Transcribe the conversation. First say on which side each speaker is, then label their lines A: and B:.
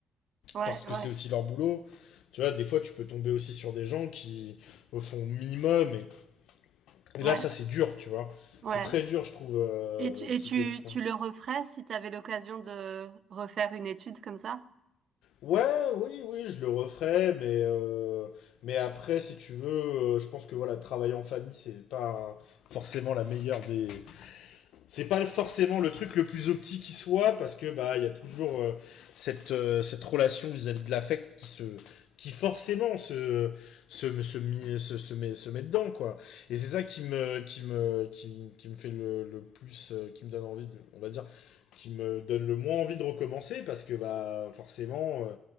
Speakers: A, on the right (about 60°); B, on the left (about 80°).
A: ouais,
B: parce que
A: ouais,
B: c'est aussi leur boulot tu vois des fois tu peux tomber aussi sur des gens qui euh, font minimum et, et
A: ouais,
B: là ça c'est dur tu vois
A: ouais.
B: c'est très dur je trouve euh,
A: Et tu, et
B: psychologiquement
A: tu, tu le referais si tu avais l'occasion de refaire une étude comme ça?
B: Ouais, oui, oui, je le referais, mais, euh, mais après, si tu veux, euh, je pense que voilà, travailler en famille, c'est pas forcément la meilleure des. C'est pas forcément le truc le plus optique qui soit, parce que bah, il y a toujours euh, cette, euh, cette relation vis-à-vis de l'affect qui se qui forcément se se se, mi- se, se met se met dedans quoi et c'est ça qui me qui me qui, qui me fait le, le plus euh, qui me donne envie de, on va dire qui me donne le moins envie de recommencer parce que bah forcément euh,